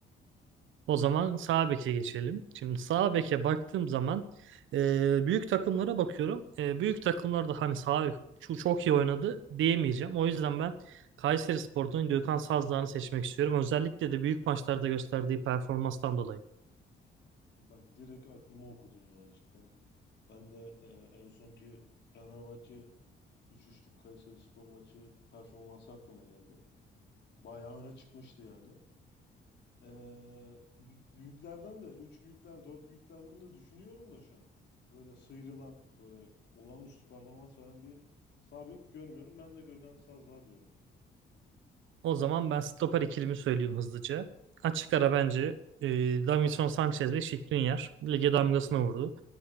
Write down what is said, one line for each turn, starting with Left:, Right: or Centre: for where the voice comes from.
Right: O zaman sağ beke geçelim. Şimdi sağ beke baktığım zaman e, büyük takımlara bakıyorum. E, büyük takımlarda hani sağ bek çok, çok iyi oynadı diyemeyeceğim. O yüzden ben Kayserispor'dan Gökhan Sazdağ'ını seçmek istiyorum. Özellikle de büyük maçlarda gösterdiği performanstan dolayı.
Left: Bak direkt aklıma okudun ya cidden. Ben de e, en sonki Fenerbahçe 3-3'lük Kayserispor maçı performansı aklıma geldi. Bayağı öne çıkmıştı yani. Ee, b- büyüklerden de, üç büyükler, dört büyüklerden de düşünüyorum da şu an. Böyle sıyrılan, böyle olağanüstü performans veren bir sağ bek görmüyorum. Ben de Gökhan Sazdağ diyorum.
Right: O zaman ben stoper ikilimi söyleyeyim hızlıca. Açık ara bence e, Davinson Sanchez ve Skriniar lige damgasını vurdu.